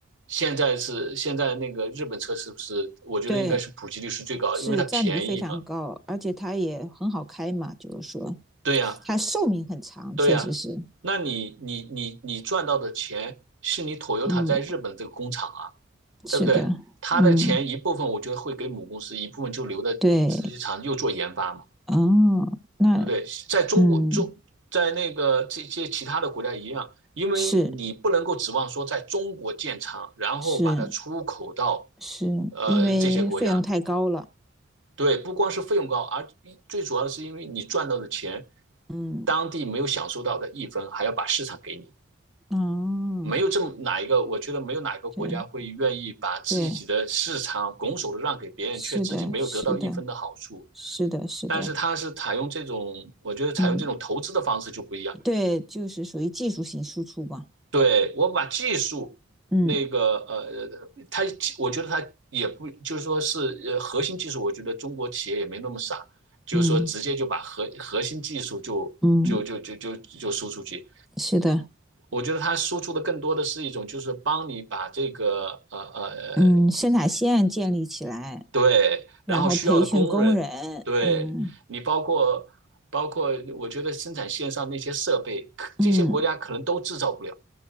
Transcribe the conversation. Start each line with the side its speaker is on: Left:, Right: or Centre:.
Right: 现在是现在那个日本车是不是？我觉得应该是普及率是最高的，
Centre: 对。是占比非常高，
Right: 因为它便宜嘛。
Centre: 而且它也很好开嘛，就是说
Right: 对呀，
Centre: 它寿命很长，
Right: 对呀。
Centre: 确实是，
Right: 那你你你你赚到的钱是你 Toyota
Centre: 嗯，
Right: 在日本这个工厂啊。
Centre: 是的，
Right: 对不对？他的钱一部分我觉得会给母公司，
Centre: 嗯，
Right: 一部分就留在自己厂又做研发嘛，
Centre: 对，哦，那
Right: 对不对？在中国中，
Centre: 嗯，
Right: 在那个这些其他的国家一样，因为你不能够指望说在中国建厂，
Centre: 是
Right: 然后把它出口到
Centre: 是是，
Right: 呃这些国家。
Centre: 因为费用太高了，
Right: 对，不光是费用高，而最主要的是因为你赚到的钱，
Centre: 嗯，
Right: 当地没有享受到的一分，还要把市场给你。
Centre: 哦，
Right: 没有这么哪一个，我觉得没有哪一个国家会愿意把自己的市场拱手的让给别人，
Centre: 对对，是的，
Right: 却自己没有得到一分的好处。
Centre: 是的，是的，是的，
Right: 但是它是采用这种，我觉得采用这种投资的方式就不一样。
Centre: 嗯，对，就是属于技术性输出嘛，
Right: 对，我把技术那个呃，
Centre: 嗯
Right: 它我觉得它也不就是说是呃核心技术，我觉得中国企业也没那么傻，就是说直接就把核核心技术就就就就就就输出去。
Centre: 嗯嗯，是的，
Right: 我觉得它输出的更多的是一种，就是帮你把这个呃呃。
Centre: 嗯，生产线建立起来。
Right: 对，然后需要的工人，
Centre: 然后培训工人，
Right: 对，
Centre: 嗯
Right: 你包括包括，我觉得生产线上那些设备，可这些国家可能都制造不了，
Centre: 嗯